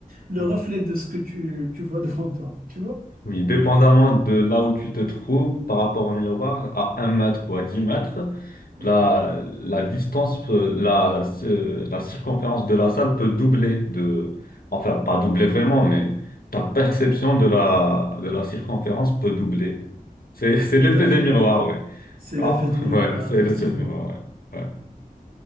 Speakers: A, on the right (about 75°); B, on the left (about 80°).
A: le
B: Ouais.
A: reflet de ce que tu, tu vois devant toi. Tu vois?
B: Oui, dépendamment de là où tu te trouves par rapport au miroir, à un mètre ou à 10 mètres,
A: Oui.
B: La, la distance, peut- la, ce- la circonférence de la salle peut doubler de, enfin, pas doubler vraiment, mais ta perception de la, de la circonférence peut doubler. C'est, <laughs> c'est
A: Tout
B: l'effet
A: à fait.
B: des miroirs, ouais.
A: C'est
B: Ah,
A: l'effet de miroir,
B: <laughs> ouais, c'est
A: effectivement.
B: l'effet des miroirs, ouais. Ouais.